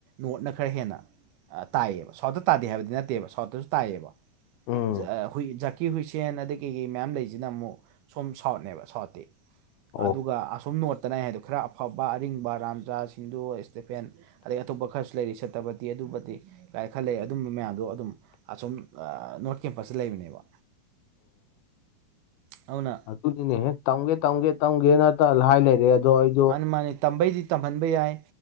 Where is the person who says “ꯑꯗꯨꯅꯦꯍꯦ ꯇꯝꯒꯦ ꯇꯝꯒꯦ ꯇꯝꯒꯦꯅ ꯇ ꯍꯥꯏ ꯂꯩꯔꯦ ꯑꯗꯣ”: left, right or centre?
Left